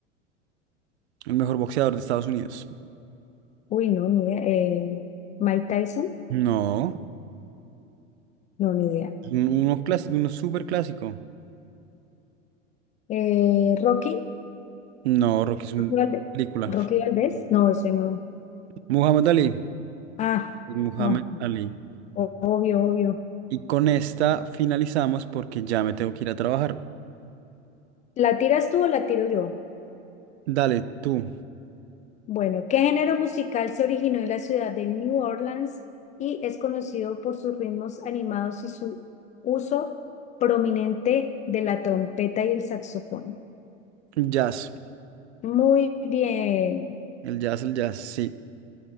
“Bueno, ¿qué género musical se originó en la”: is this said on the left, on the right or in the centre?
Left